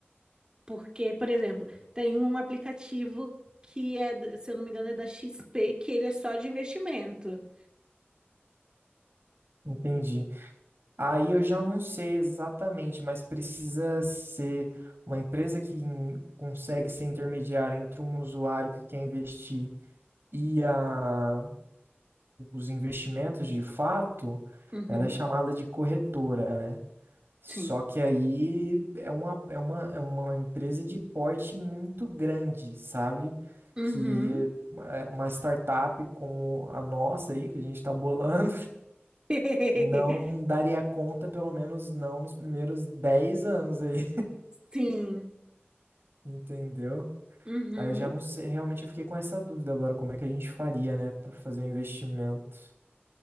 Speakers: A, on the right; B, on the right.
A: Porque, por exemplo, tem um aplicativo que é, se eu não me engano, é da XP, que ele é só de investimento.
B: Entendi. Aí eu já não sei exatamente, mas precisa ser uma empresa que in- consegue ser intermediária entre um usuário que quer investir e a, os investimentos de fato,
A: Uhum,
B: ela é chamada de corretora, né? Só
A: sim.
B: que aí é uma, é uma, é uma empresa de porte muito grande, sabe?
A: Uhum.
B: Que é uma startup como a nossa aí, que a gente está bolando
A: <laughs>
B: não daria conta, pelo menos não nos primeiros 10 anos aí,
A: Sim.
B: <laughs> entendeu?
A: Uhum,
B: Aí eu já não sei, realmente eu fiquei com essa dúvida agora, como é que a gente faria, né, para fazer um investimento?